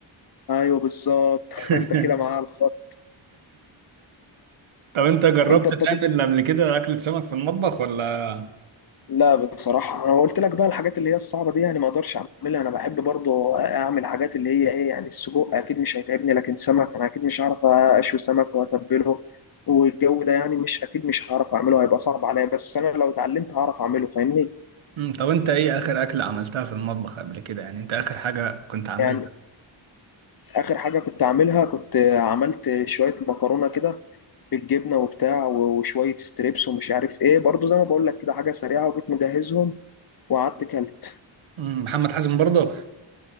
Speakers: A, on the left (about 50°); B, on the right (about 85°).
A: ايوه بالظبط <laughs>
B: <laughs>
A: انت كده معايا على الخط
B: طب انت جربت
A: انت بتاكل
B: تعمل قبل كده اكلة سمك في المطبخ ولا
A: لا بصراحة أنا قلت لك بقى الحاجات اللي هي الصعبة دي يعني ما أقدرش أعملها أنا بحب برضو أعمل حاجات اللي هي إيه يعني السجق أكيد مش هيتعبني لكن سمك أنا أكيد مش هعرف أشوي سمك وأتبله والجو ده يعني مش أكيد مش هعرف أعمله هيبقى صعب عليا بس أنا لو اتعلمت هعرف أعمله فاهمني
B: مم. طب انت ايه اخر اكله عملتها في المطبخ قبل كده يعني انت اخر حاجه كنت عاملها
A: يعني آخر حاجة كنت أعملها كنت عملت شوية مكرونة كده بالجبنة وبتاع وشوية ستريبس ومش عارف إيه برضو زي ما بقول لك كده حاجة سريعة وجيت مجهزهم وقعدت كلت
B: مم. محمد حازم برضه